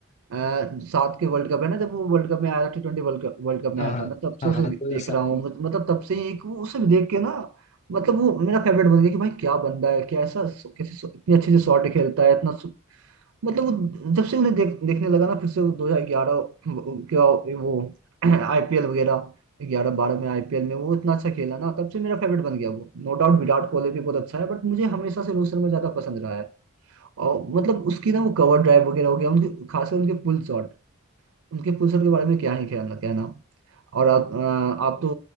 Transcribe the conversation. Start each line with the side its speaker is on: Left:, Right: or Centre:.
Right: अ, सात के वर्ल्ड कप है ना जब वो वर्ल्ड कप में आया था टी ट्वेंटी वर्ल्ड कप वर्ल्ड कप में
Left: हाँ
Right: आया
Left: हाँ
Right: था मैं तब से
Left: हाँ
Right: उसे
Left: हाँ 2007
Right: देख रहा हूँ
Left: में
Right: मत- मतलब तब से एक वो- उसे देख के ना मतलब वो मेरा फेवरेट बन गया कि भाई क्या बंदा है कैसा कैसे इतने अच्छे से शॉट खेलता है इतना मतलब वो जब से उन्हें देख, देखने लगा ना फिर से दो हजार ग्यारह क्या वो <clears throat> आईपीएल वगैरह ग्यारह बारह में आईपीएल में वो इतना अच्छा खेला ना तब से मेरा फेवरेट बन गया वो नो डाउट विराट कोहली भी बहुत अच्छा है बट मुझे हमेशा से रोहित शर्मा ज्यादा पसंद रहा है और मतलब उसकी ना वो कवर ड्राइव वगैरह हो गया उनके खासकर उनके पुल शॉट उनके पुल शॉट के बारे में क्या ही कहना कहना और आप अ, आप तो